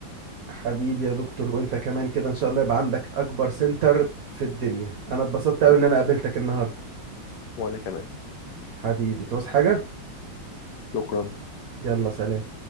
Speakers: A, on the right; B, on the left.
A: حبيبي يا دكتور وانت كمان كده ان شاء الله يبقى عندك اكبر سنتر في الدنيا انا اتبسطت قوي
B: يا
A: ان انا
B: رب
A: قابلتك النهاردة
B: وانا كمان
A: حبيبي تعوز حاجة
B: شكرا
A: يلا سلام